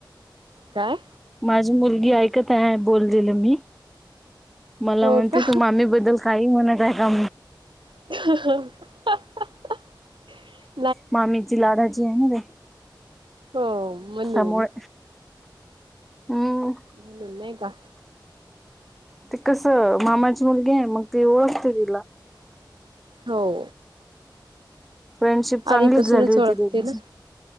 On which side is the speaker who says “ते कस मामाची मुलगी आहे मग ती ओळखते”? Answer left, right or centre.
Centre